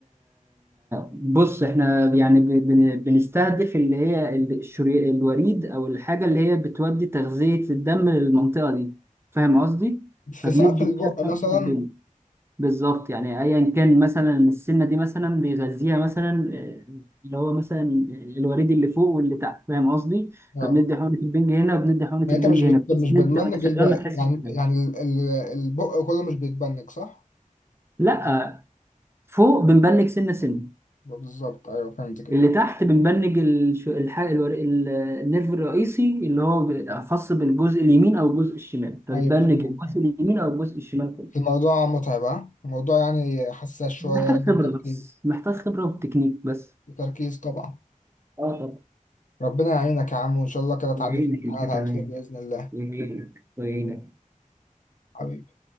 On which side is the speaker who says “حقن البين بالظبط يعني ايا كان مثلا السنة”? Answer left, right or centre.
Right